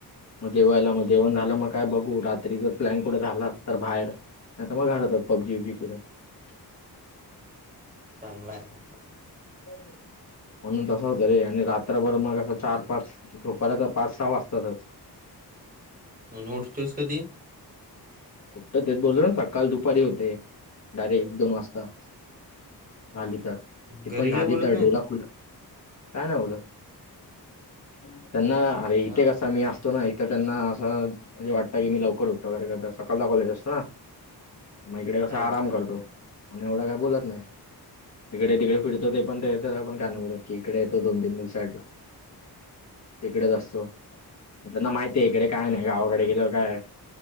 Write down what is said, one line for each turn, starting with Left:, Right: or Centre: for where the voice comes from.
Left: मग जेवायला मग जण झालं मग काय बो हो रात्री जर प्लॅन कुठे झाला, तर बाहेर नाही तर मग घरातच पबजी बिबजी खेळत. <unintelligible> हो
Right: चांगला आहे
Left: देतो. म्हणून तसं होतं रे आणि रात्रभर मग असं चार-पाच झोपायला तर पाच-सहा वाजतातच.
Right: आणि उठतोयस कधी?
Left: उठतो तेच बोललो ना सकाल दुपारी होते डायरेट दोन वाजता झाली तर तिथून
Right: घरी
Left: झाली
Right: काय बोलत
Left: तर,
Right: नाहीत?
Left: डोला खुला काय नाय बोलत. त्यांना अरे इथे
Right: हा
Left: कसा मी असतो ना एक तर त्यांना असं म्हणजे वाटतं की मी लवकर उठतो वगैरे सकाळचा कॉलेज असतो ना, मग इकडे कसा
Right: हा.
Left: आराम करतो, म्हणे एवढं काय बोलत नाही. हिकडे-तिकडे फिरतो, ते पण तेच पण काय नाही बोलत की इकडे येतो दोन-तीन दिवसांसाठी.. तिकडेच असतो, त्यांना माहिती आहे इकडे काय नाही गावाकडे गेल्यावर काय